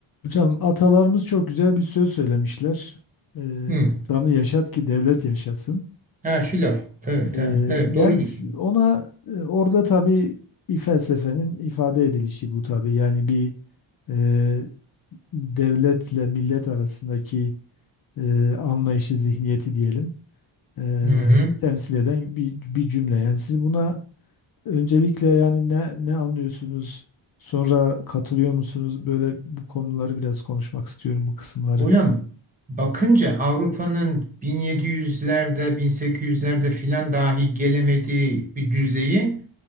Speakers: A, on the left; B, on the right.
A: Hocam atalarımız çok güzel bir söz söylemişler. Ee,
B: Hı.
A: insanı yaşat ki devlet yaşasın.
B: Ha şu laf. Evet
A: Ee,
B: ha. Evet
A: yani
B: doğru diyorsun.
A: s- ona e, orada tabii bir felsefenin ifade edilişi bu tabii. Yani bir e, devletle millet arasındaki e, anlayışı, zihniyeti diyelim e,
B: Hı hı.
A: temsil eden bir, bir cümle. Yani siz buna öncelikle yani ne, ne anlıyorsunuz? Sonra katılıyor musunuz? Böyle bu konuları biraz konuşmak istiyorum bu kısımları.
B: Hocam bakınca Avrupa'nın 1700'lerde 1800'lerde filan dahi gelemediği bir düzeyi